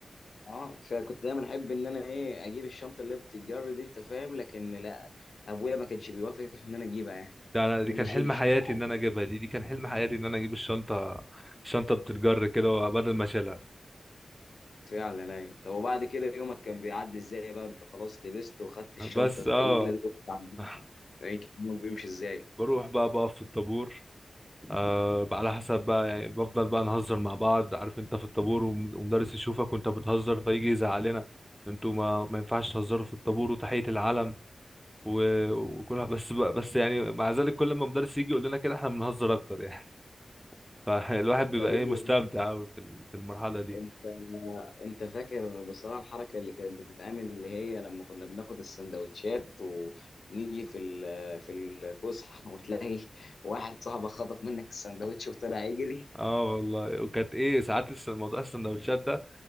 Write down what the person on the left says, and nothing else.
اه فكنت دايما احب ان انا ايه اجيب الشنطه اللي بتتجر دي انت فاهم لكن لا ابويا ما كانش بيوافق ان انا اجيبها يعني
يقول
لي شيل
الشنطه
فعلا ايوه طب وبعد كده يومك كان بيعدي ازاي بقى انت خلاص لبست وخدت الشنطه
التقيله
دي وقعدت على الجنب.
يعني كان يومك بيمشي ازاي
طب ايه
انت انت فاكر بصراحه الحركه اللي كانت بتتعمل اللي هي لما كنا بناخد السندوتشات ونيجي في ال- في الفسحه <laughs> وتلاقي واحد صاحبك خطف منك السندوتش وطلع يجري